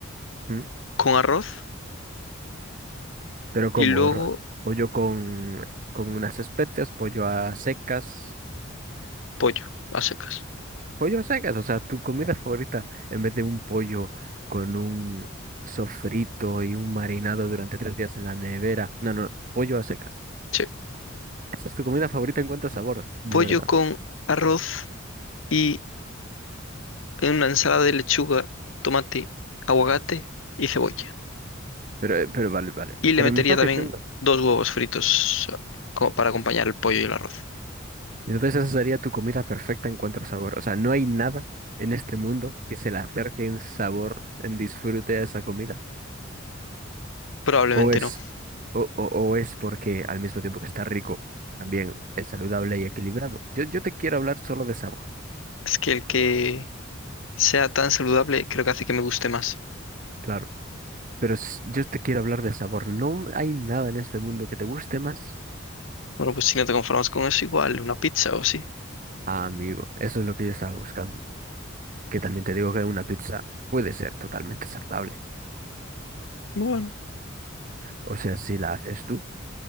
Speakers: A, on the right; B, on the left.
A: ¿Mm?
B: con arroz
A: Pero ¿cómo?
B: y luego
A: Ra- Pollo con, con unas especias, pollo a secas.
B: pollo a secas.
A: Pollo a secas, o sea, tu comida favorita, en vez de un pollo con un sofrito y un marinado durante tres días en la nevera. No, no, pollo a secas.
B: Sí,
A: Esa es tu comida favorita en cuanto a sabor, de
B: pollo
A: verdad.
B: con arroz y una ensalada de lechuga, tomate, aguacate y cebolla.
A: Pero, eh, pero vale, vale.
B: Y le
A: Pero
B: metería
A: me estás
B: también
A: diciendo.
B: dos huevos fritos como para acompañar el pollo y el arroz.
A: Entonces esa sería tu comida perfecta en cuanto a sabor. O sea, no hay nada en este mundo que se le acerque en sabor, en disfrute a esa comida.
B: Probablemente
A: O es,
B: no.
A: o, o, o es porque al mismo tiempo que está rico, también es saludable y equilibrado. Yo, yo te quiero hablar solo de sabor.
B: Es que el que sea tan saludable creo que hace que me guste más.
A: Claro. Pero s- yo te quiero hablar de sabor. No hay nada en este mundo que te guste más.
B: Bueno, pues si no te conformas con eso, igual una pizza o sí.
A: Ah, amigo, eso es lo que yo estaba buscando. Que también te digo que una pizza puede ser totalmente saludable.
B: Bueno,
A: O sea, si la haces tú,